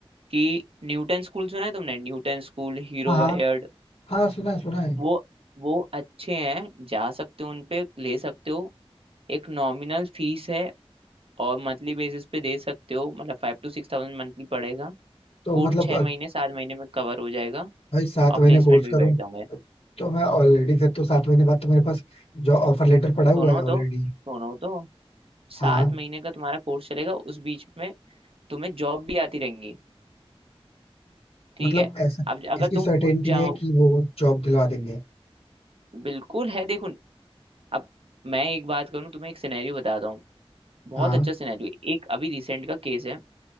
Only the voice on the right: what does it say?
कि न्यूटन स्कूल सुना है तुमने Newton school Hero
Vired,
वो वो अच्छे हैं जा सकते हो उनपे ले सकते हो एक नॉमिनल फीस है और मंथली बेसिस पे दे सकते हो मतलब फाइव टू सिक्स थाउजेंड मंथली पड़ेगा
कोर्स
छह
महीने सात महीने में कवर हो जाएगा
और
प्लेसमेंट
भी
बैठ जाओगे
दोनों
तो दोनों तो सात
महीने का तुम्हारा कोर्स चलेगा उस बीच में तुम्हें जॉब भी आती रहेंगी ठीक
है
अब ज- अगर
तुम
उन जाओ
बिल्कुल है देखो अब मैं एक बात करूं तुम्हें एक सिनेरियो बताता हूँ बहुत
अच्छा सिनेरियो एक अभी रिसेंट का केस है